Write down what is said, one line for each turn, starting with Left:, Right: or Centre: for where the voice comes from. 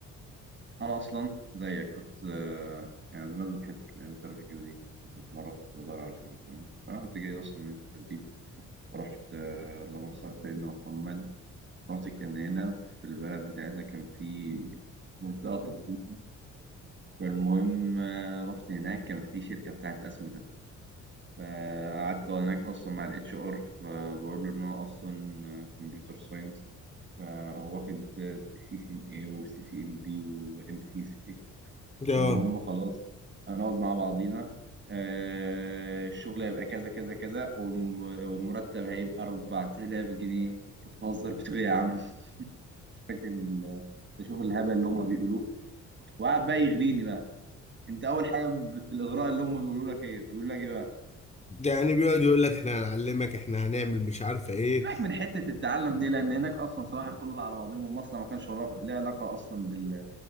Right: انا اصلا زيك كنت آه، يعني بمناسبه حته الانترفيو دي كنت في مره كنت بدور على شغل تمام فانا كنت جاي اصلا من التدريب ورحت آه، اللهم صل على سيدنا محمد رحت كان هنا في البلد بتاعتنا كان في منطقه تدريب فالمهم آه، رحت هناك كان في شركه بتاعت اسمده فقعدت هناك اصلا مع الاتش ار فبقول له ان انا اصلا كمبيوتر ساينس فهو واخد سي سي ان اي وسي سي ام بي وام سي سي
Left: اه
Right: فالمهم خلاص هنقعد مع بعضينا آه، الشغل هيبقى كذا كذا كذا والم- والمرتب هيبقى 4000 جنيه انت بتهزر بتقول إيه يا عم <laughs> فاكر ال- تشوف الهبل اللي هم بيقولوه وقعد بقى يغريني بقى انت اول حاجه ب- في الاغراء اللي هم بيقولوا لك ايه بيقولوا لك ايه بقى
Left: يعني بيقعد يقول لك احنا هنعلمك احنا هنعمل مش عارفه ايه
Right: سيبك من حتة التعلم دي لأن هناك أصلا صباح الفل على بعضهم المصنع ما كانش ولا- ليه علاقة أصلا بال...